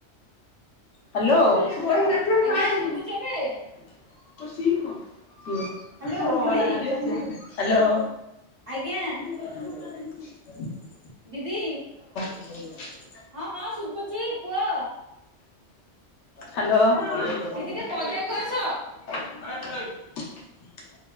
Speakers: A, on the left (about 75°); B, on the right (about 35°).
A: ହ୍ୟାଲୋ <unintelligible>
B: ହ୍ୟାଲୋ ଆଜ୍ଞା ଶୁଭୁଛି ଏବେ ହ୍ୟାଲୋ ଦିଦି
A: ହ୍ୟାଲୋ।
B: ଆଜ୍ଞା
A: <inaudible>
B: ଦିଦି।
A: <unintelligible>
B: ହଁ ହଁ ଶୁଭୁଛି କୁହ।
A: ହ୍ୟାଲୋ <unintelligible>
B: ଦିଦି ଟିକେ ପଦାକୁ ଆସ